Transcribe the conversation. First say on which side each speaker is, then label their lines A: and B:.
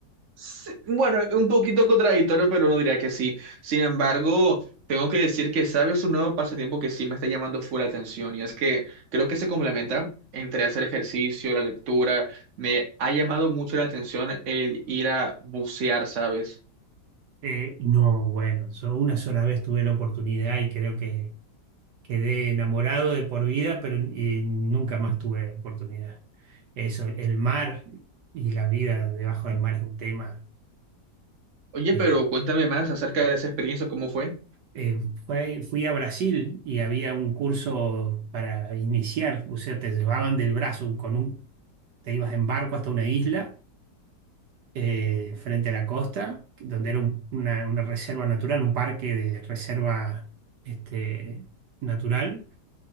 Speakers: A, on the right; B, on the right.
A: Sí, Bueno, un poquito contradictorio, pero no diría que sí. Sin embargo, tengo que decir que sabes un nuevo pasatiempo que sí me está llamando full la atención y es que creo que se complementa entre hacer ejercicio, la lectura. Me ha llamado mucho la atención el ir a bucear, ¿sabes?
B: Eh, no, bueno, yo una sola vez tuve la oportunidad y creo que quedé enamorado de por vida, pero y nunca más tuve oportunidad. Eso, el mar y la vida debajo del mar es un tema.
A: Oye,
B: que,
A: pero cuéntame más acerca de esa experiencia, ¿cómo fue?
B: eh, fue- fui a Brasil y había un curso para iniciar, o sea, te llevaban del brazo con un, te ibas en barco hasta una isla eh, frente a la costa, donde era un- una, una reserva natural, un parque de reserva este, natural,